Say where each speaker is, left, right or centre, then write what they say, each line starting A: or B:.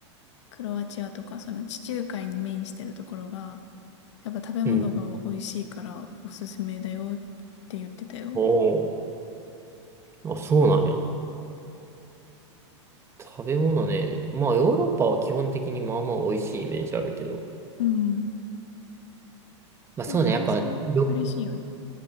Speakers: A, on the left (about 70°); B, on the right (about 15°).
A: クロアチアとか、その地中海に面してるところが、やっぱ食べ物が美味しいからおすすめだよっ
B: うん。
A: て言ってたよ。
B: おーあ、そうなんや。食べ物ね。まあ、ヨーロッパは基本的にまあまあ美味しいイメージあるけど。
A: うん。
B: まあそうね、
A: でも海鮮嬉しいよね。
B: やっぱ、よ、